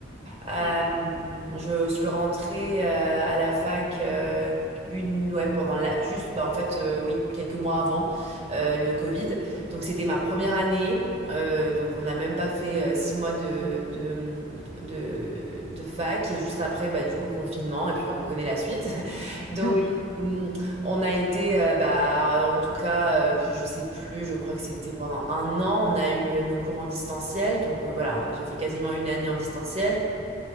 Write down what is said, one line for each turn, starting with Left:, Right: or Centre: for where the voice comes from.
Right: Euh,
Left: D'accord.
Right: je suis rentrée euh, à la fac euh, une ouais pendant la juste bah en fait euh, oui quelques mois avant euh, le Covid. Donc c'était ma première année. Euh, donc on n'a même pas fait euh, six mois de, de de de fac et juste après bah du coup confinement et puis on connaît la suite. <laughs> Donc
Left: <laughs> Oui.
Right: hum, on a été euh, bah en tout cas euh, je sais plus je crois que c'était pendant un an on a eu euh, nos cours en distanciel donc euh, voilà on- j'ai fait quasiment une année en distanciel.